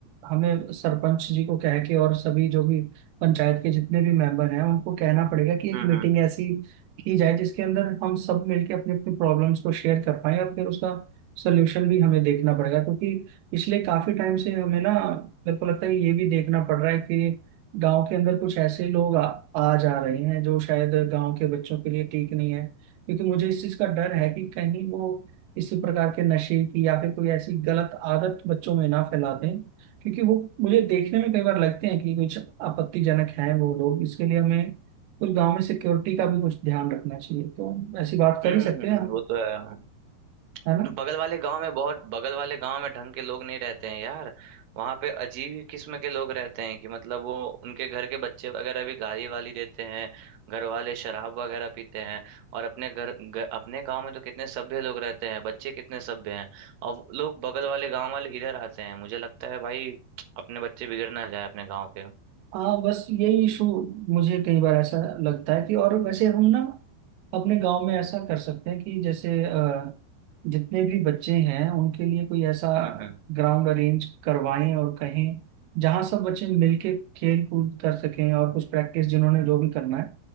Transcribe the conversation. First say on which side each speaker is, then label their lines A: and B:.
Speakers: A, on the right (about 80°); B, on the right (about 60°).
A: हमें सरपंच जी को कह के और सभी जो भी पंचायत के जितने भी मेंबर हैं उनको कहना पड़ेगा कि एक
B: हम्म
A: मीटिंग
B: हम्म
A: ऐसी की जाए जिसके अंदर हम सब मिलके अपने अपने प्रॉब्लम्स को शेयर कर पाए और फिर उसका सोल्यूशन भी हमें देखना पड़ेगा क्योंकि पिछले काफी टाइम से हमें ना मेरे को लगता है ये भी देखना पड़ रहा है कि गांव के अंदर कुछ ऐसे लोग आ, आ जा रहे हैं जो शायद गांव के बच्चों के लिए ठीक नहीं है क्योंकि मुझे इस चीज का डर है कि कहीं वो इसी प्रकार के नशे की या फिर कोई ऐसी गलत आदत बच्चों में ना फैला दें क्योंकि वो मुझे देखने में कई बार लगते हैं कि कुछ आपत्तिजनक हैं वो लोग इसके लिए हमें कुछ गांव में सिक्योरिटी का भी कुछ ध्यान रखना चाहिए तो ऐसी बात कर
B: हम्म
A: ही सकते
B: हम्म,
A: हैं हम
B: वो तो है
A: है ना
B: बगल वाले गांव में बहुत बगल वाले गांव में ढंग के लोग नहीं रहते हैं यार वहां पे अजीब ही किस्म के लोग रहते हैं कि मतलब वो उनके घर के बच्चे वगैरह भी गाली वाली देते हैं घर वाले शराब वगैरह पीते हैं और अपने घर ग, अपने गांव में तो कितने सभ्य लोग रहते हैं बच्चे कितने सभ्य हैं और वो लोग बगल वाले गांव वाले इधर आते हैं मुझे लगता है भाई अपने बच्चे बिगड़ ना जाए अपने गांव के
A: हाँ बस यही इशू मुझे कई बार ऐसा लगता है कि और वैसे हम ना अपने गांव में ऐसा कर सकते हैं कि जैसे अ, जितने भी बच्चे हैं उनके लिए कोई ऐसा
B: हम्म हम्म
A: ग्राउंड अरेंज करवाएं और कहें जहां सब बच्चे मिलके खेल कूद कर सकें और कुछ प्रैक्टिस जिन्होंने जो भी करना है